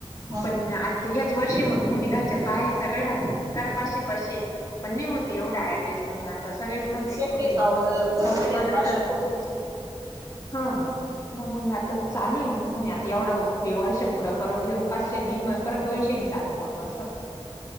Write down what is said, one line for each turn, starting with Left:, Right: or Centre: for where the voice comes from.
Right: हा
Left: पण आत याच वर्षी मग म्हणे, घरच्यांचं बाया हाय सगळ्या मग करा पाचशे पाचशे. पण ने होत एवढं अॅडजस्ट मग आता, सगळेच म्हणते
Right: शक्य
Left: होवूदे
Right: आहे का
Left: मग
Right: हो दर
Left: मग
Right: महिन्याला
Left: परत.
Right: पाचशे कडून
Left: हं. मग मग आता चालू आहे मग म्हणे, आता एवढं वर्ष पुरा करून घेऊ पाचशे नी मग परत दोनशे नी चालू. करू असं.